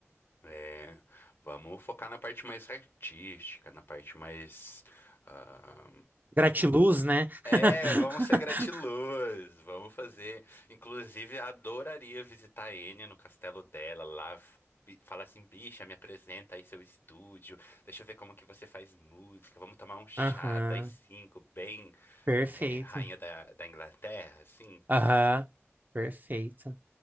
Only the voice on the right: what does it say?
Gratiluz, né? <laughs>
Aham.
Perfeito.
Aham. Perfeito.